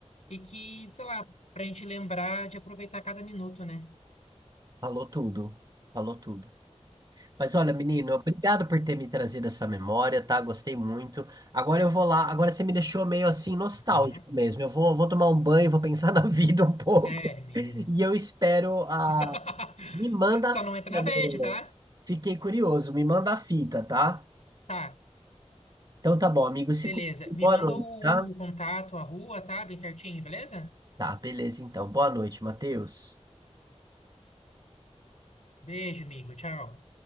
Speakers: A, on the left (about 75°); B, on the right (about 35°).
A: E que, sei lá, pra gente lembrar de aproveitar cada minuto, né?
B: Falou tudo. Falou tudo. Mas olha, menino, obrigado por ter me trazido essa memória, tá? Gostei muito. Agora eu vou lá. Agora você me deixou meio assim nostálgico
A: Aham.
B: mesmo. Eu vou, vou tomar um banho, vou pensar <laughs> na vida um pouco.
A: Sério,
B: <laughs>
A: Miho.
B: E eu espero a.
A: <laughs>
B: Me manda
A: Só
B: a fita,
A: não entra na bad,
B: meu.
A: tá?
B: Fiquei curioso, me manda a fita, tá?
A: Tá,
B: Então tá bom, amigo, se
A: beleza.
B: cuida.
A: Me
B: Boa
A: manda
B: noite,
A: o,
B: tá?
A: o contato, a rua, tá? Bem certinho, beleza?
B: Tá, beleza então. Boa noite, Matheus.
A: Beijo, amigo. Tchau.